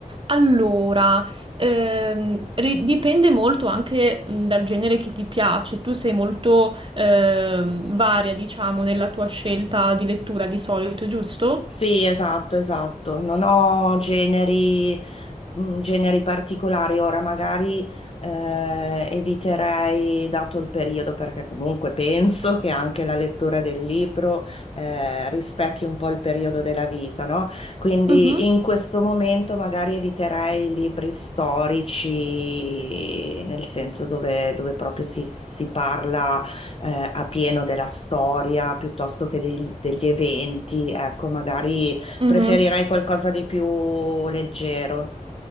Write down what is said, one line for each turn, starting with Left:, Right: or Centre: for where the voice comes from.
Right: Allora, ehm, ri- dipende molto anche mm, dal genere che ti piace. Tu sei molto ehm, varia, diciamo, nella tua scelta di lettura di solito, giusto?
Left: Sì, esatto, esatto. Non ho generi, mh, generi particolari. Ora magari eh, eviterei, dato il periodo, perché comunque penso che anche la lettura del libro eh, rispecchi un po' il periodo della vita, no? Quindi
Right: Mhm,
Left: in questo momento magari eviterei i libri storici, nel senso dove, dove proprio si si parla eh, a pieno della storia piuttosto che degli, degli eventi. Ecco, magari
Right: mhm.
Left: preferirei qualcosa di più leggero.